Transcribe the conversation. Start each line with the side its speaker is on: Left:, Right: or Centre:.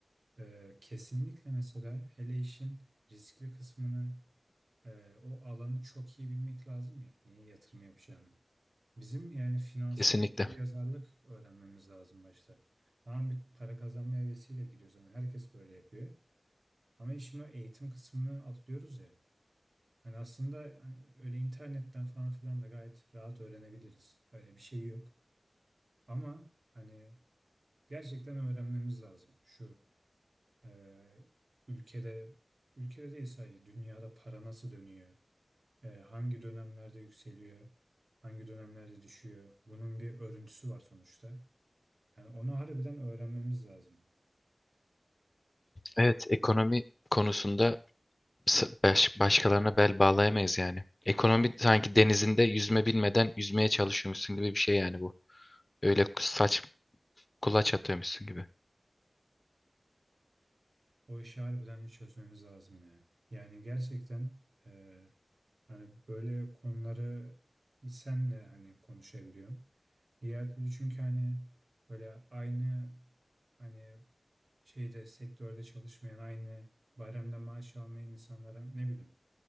Right: Ee, kesinlikle mesela hele işin riskli kısmını e, o alanı çok iyi bilmek lazım ya neye yatırım yapacağını. Bizim yani finansal
Left: Kesinlikle.
Right: okuryazarlık öğrenmemiz lazım başta. Tamam bir para kazanma hevesiyle giriyoruz. Hani herkes böyle yapıyor. Ama işin o eğitim kısmını atlıyoruz ya. Hani aslında hani öyle internetten falan filan da gayet rahat öğrenebiliriz. Öyle bir şey yok. Ama hani gerçekten öğrenmemiz lazım şu. Ee, ülkede ülkede değil sadece dünyada para nasıl dönüyor? Ee, hangi dönemlerde yükseliyor? Hangi dönemlerde düşüyor? Bunun bir örüntüsü var sonuçta. Yani onu harbiden öğrenmemiz lazım.
Left: Evet, ekonomi konusunda s- baş- başkalarına bel bağlayamayız yani. Ekonomi sanki denizinde yüzme bilmeden yüzmeye çalışıyormuşsun gibi bir şey yani bu. Öyle saç kulaç atıyormuşsun gibi.
Right: O işi harbiden bir çözmemiz lazım ya. Yani gerçekten e, hani böyle konuları biz senle hani konuşabiliyorum. Diğer türlü çünkü hani böyle aynı hani şeyde sektörde çalışmayan aynı bayramda maaş almayan insanlara ne bileyim